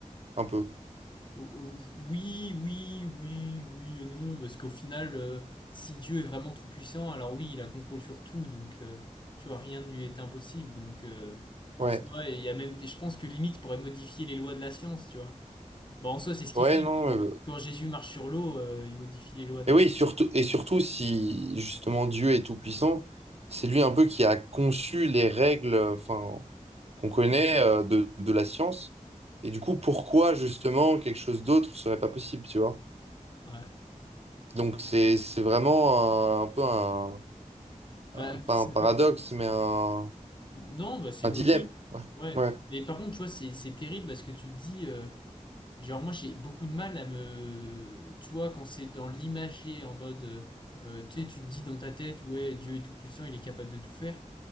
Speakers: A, on the right; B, on the left.
A: un peu.
B: O- o- Oui, oui, oui, oui et non, parce qu'au final, euh, si Dieu est vraiment tout-puissant, alors oui, il a contrôle sur tout, donc euh, tu vois, rien ne lui est impossible. Donc euh, en
A: Ouais.
B: soi, il y a même des, je pense que limite, il pourrait modifier les lois de la science, tu vois. Bon, en soi, c'est ce
A: Ouais,
B: qu'il fait.
A: non.
B: Quand,
A: euh,
B: quand Jésus marche sur l'eau, euh, il modifie les lois de
A: Et
B: la
A: oui,
B: science.
A: surtout, et surtout si justement Dieu est tout-puissant, c'est lui un peu qui a conçu les règles euh, enfin, qu'on connaît euh, de, de la science. Et du coup, pourquoi justement quelque chose d'autre serait pas possible, tu vois?
B: Ouais.
A: Donc c'est c'est vraiment un, un peu un, un-
B: Bah,
A: pas
B: c'est
A: un paradoxe,
B: pas-
A: mais un,
B: Non, bah, c'est
A: un
B: logique.
A: dilemme. Ouais.
B: Ouais.
A: Ouais.
B: Mais par contre, tu vois, c'est c'est terrible parce que tu te dis. euh, Genre, moi, j'ai beaucoup de mal à me. Tu vois, quand c'est dans l'imager, en mode. euh, tu sais, tu te dis dans ta tête, ouais, Dieu est tout-puissant, il est capable de tout faire.